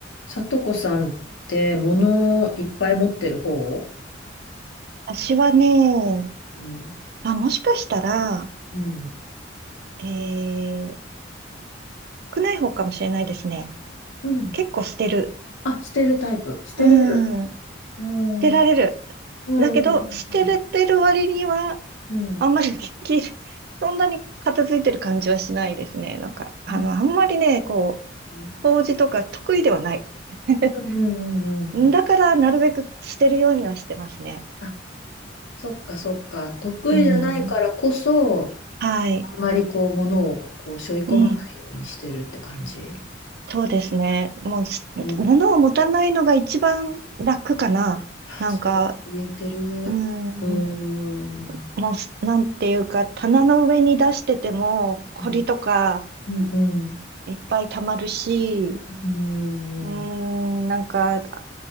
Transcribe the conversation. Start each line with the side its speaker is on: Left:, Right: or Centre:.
Left: さとこさんって物をいっぱい持ってる方
Right: 私はね、
Left: うん。
Right: あ、もしかしたら、
Left: うん。
Right: えー、少ない方かもしれないですね。
Left: うん。
Right: 結構捨てる。
Left: あ、捨てるタイプ。捨てれる。
Right: うん、捨
Left: うん。
Right: てられる。
Left: うんうん
Right: だけど、捨てれてる割には、
Left: うん
Right: あんまりできる。<laughs> そんなに片付いてる感じはしないですね。なんか、あの、
Left: うん。
Right: あんまりね、こ
Left: うん
Right: う、掃除とか得意ではない。<laughs>
Left: うんうんうん。
Right: だから、なるべく捨てるようにはしてますね。
Left: あ、そっかそっか。得意じゃないからこそ、
Right: うん、はい。
Left: あんまりこう物をこう背負い込まないようにしてるって感じ。
Right: うん。そうですね。もうす、
Left: うん
Right: 物を持たないのが一番楽かな。
Left: あ、
Right: なんか、
Left: それも言えてる。
Right: うー
Left: うん。
Right: ん、
Left: う
Right: もうす、なんていうか、棚の上に出してても、埃とか
Left: んうんうん
Right: いっぱい溜まるし、
Left: うん
Right: うーん、なんか、引